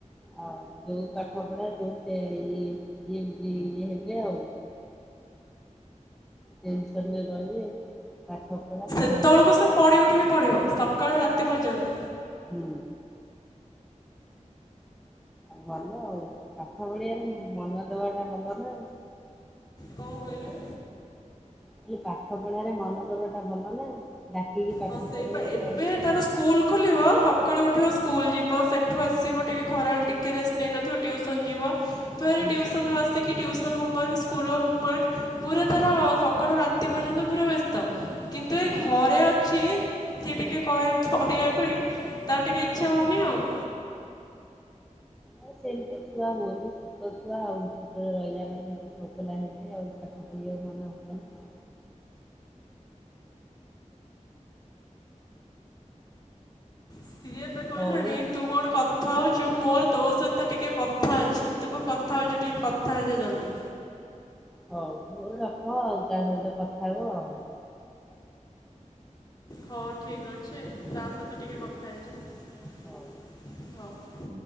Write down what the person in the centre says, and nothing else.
ଆଉ ଯୋଉ ପାଠ ପଢା ଯୋଉଟେ ଇ ଇଏମିତି ଇଏ ହେବେ ଆଉ। ଟେନସନ ରେ ରହିବେ ପାଠ ପଢ଼ା।
ହୁଁ। ଭଲ ଆଉ ପାଠ ପଢ଼ିଆ ରେ ମନ ଦବାଟା ଭଲ ନାଁ।
କହିଲି ପାଠ ପଢାରେ ମନ ଦବ ଟା ଭଲ ନା ଡାକିକି ପାଠ
ପଢେଇବେ
କରେଇବା।
ହୁଁ
ହୁଁ
ମୁଁ ସେମିତି ଛୁଆ ହୁଅନ୍ତି। ଛୋଟ ଛୁଆ ଆଉ ଶୀତରେ ରହିଲା ମାନେ ସେ ଚଗଲା ହେବେ ଆଉ ପାଠ ପଢିବାକୁ ମନ ହବନି।
ହଉ ଏ
ହଉ, ହଉ ରଖ ଆଉ ତା ସହିତ କଥା ହୁଅ ଆଉ।
ହୁଁ
ହଉ।